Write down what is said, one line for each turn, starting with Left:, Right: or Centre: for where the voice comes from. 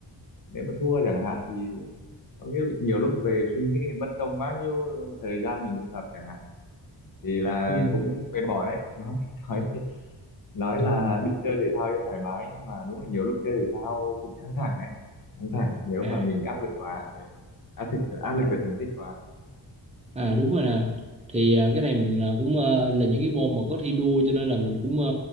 Left: nếu mà thua chẳng hạn thì có nghĩa là nhiều lúc về suy nghĩ bất công bao nhiêu là thời gian mình luyện tập chẳng hạn thì là
Right: ừ,
Left: cũng mệt mỏi đấy nói thì <laughs> nói nói
Right: ừ.
Left: là
Right: ừ.
Left: đi chơi thể thao cho thoải mái nhưng mà đúng là nhiều lúc chơi thể thao cũng căng thẳng ấy căng thẳng nếu
Right: À,
Left: mà mình bị áp lực quá ừ. áp lực áp lực
Right: à.
Left: về thành tích quá
Right: À đúng rồi nè. Thì à, cái này mình à, cũng ờ, là những cái môn mà có thi đua cho nên là mình cũng ờ,